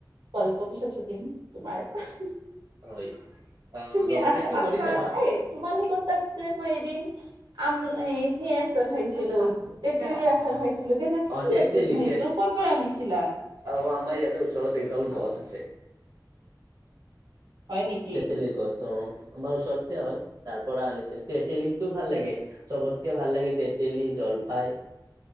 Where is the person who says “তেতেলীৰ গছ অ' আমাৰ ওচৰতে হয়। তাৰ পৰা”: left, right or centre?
Right